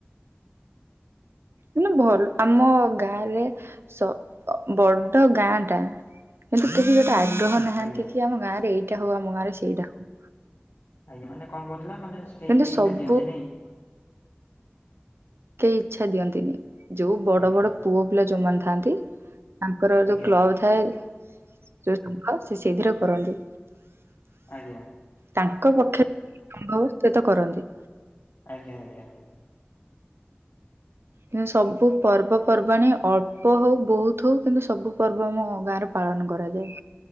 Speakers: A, on the right; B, on the left.
A: ଏମେ ଭଲ ଆମ ଗାଁରେ ସ ଅ ବଡ ଗାଁ ଟା। କିନ୍ତୁ କେହି ଗୋଟେ ଆଗ୍ରହ ନାହାନ୍ତି
B: ଆଜ୍ଞା।
A: କି ଆମ ଗାଁରେ ଏଇଟା ହଉ ଆମ ଗାଁ ରେ ସେଇଟା ହଉ।
B: ଆଜ୍ଞା ମାନେ କଁ କୁହନ୍ତି ନା ମାନେ ସେ କେହି
A: କିନ୍ତୁ
B: ଟେହି
A: ସବୁ
B: ଇଟା ଦିଅନ୍ତିନି।
A: କେଇ ଇଚ୍ଛା ଦିଅନ୍ତିନି ଯୋଉ ବଡ
B: ଆଜ୍ଞା
A: ବଡ ପୁଅ ପିଲା ଯୋଉମାନେ ଥାଆନ୍ତି ତାଙ୍କର
B: ଆଜ୍ଞା
A: ଯୋଉ କ୍ଲବ ଥାଏ ଯୋଉ ସଂଘ ସେ ସେଇଥିରେ କରନ୍ତି।
B: ଆଜ୍ଞା।
A: ତାଙ୍କ ପକ୍ଷ ତିକି ସମ୍ଭବ ତେତ କରନ୍ତି।
B: ଆଜ୍ଞା ଆଜ୍ଞା। ଆଜ୍ଞା
A: କିନ୍ତୁ ସବୁ ପର୍ବପର୍ବାଣି ଅଳ୍ପ ହଉ ବହୁତ ହଉ କିନ୍ତୁ ସବୁ ପର୍ବ ଆମ ଗାଁରେ ପାଳନ କରାଯାଏ।